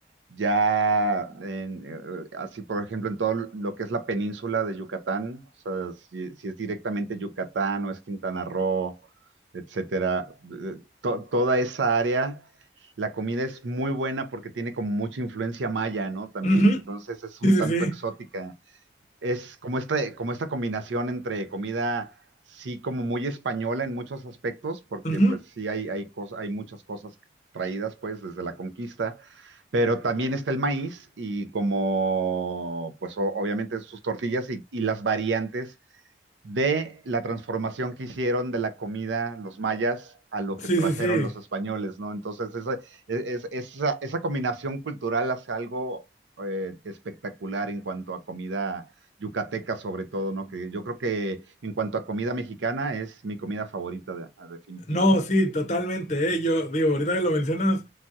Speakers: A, on the right; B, on the left.
A: ya, en, eh, así por ejemplo, en todo lo que es la península de Yucatán, o sea, si, si es directamente Yucatán o es Quintana Roo, etcétera, eh, to- toda esa área, la comida es muy buena porque tiene como mucha influencia maya, ¿no? También,
B: Ujú,
A: entonces es un
B: Sí, sí,
A: tanto
B: sí.
A: exótica es como esta, como esta combinación entre comida, sí, como muy española en muchos aspectos, porque
B: ujú.
A: pues sí hay, hay, cos- hay muchas cosas traídas pues desde la conquista, pero también está el maíz y como pues o- obviamente sus tortillas y, y las variantes de la transformación que hicieron de la comida los mayas a lo
B: Sí,
A: que trajeron
B: sí, sí.
A: los españoles, ¿no? Entonces, esa, e, es- esa, esa combinación cultural hace algo eh, espectacular en cuanto a comida yucateca, sobre todo, ¿no? Que yo creo que en cuanto a comida mexicana es mi comida favorita, de- a definitivo.
B: No, sí, totalmente, eh. Yo digo, ahorita que lo mencionas,